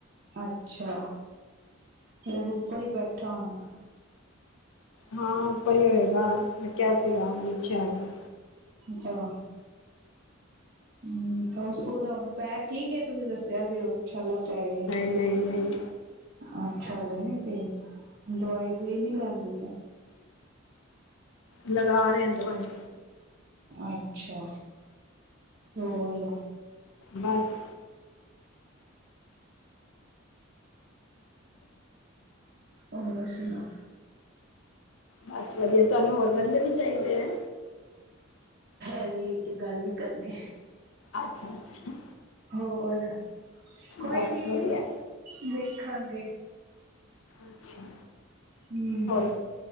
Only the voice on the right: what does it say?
ਅੱਛਾ, ਫੇਰ ਉਪਰ ਈ ਬੈਠਾ ਹੋਣਾ?
ਅੱਛਾ। ਹੂੰ, ਓਦਾ ਹੁਨ ਪੈਰ ਠੀਕ ਏ? ਤੁਸੀ ਦੱਸੇਆ ਸੀ ਓ ਛਾਲਾ ਪੈ ਗੇਆ।
ਆ ਛਾਲੇ ਨੀ ਪਏ, ਦਵਾਈ-ਦੂਵਈ ਨੀ ਲੈਂਦੀ?
ਅੱਛਾ, ਹੋਰ?
ਹੋਰ ਸੁਨਾਓ।
ਐਦੇ ਵਿੱਚ ਗੱਲ ਨੀ ਕਰਨੀ।
ਹੋਰ, ਕੋਈ
ਨੀ
ਵੇਖਾਂਗੇ।
ਹੂੰ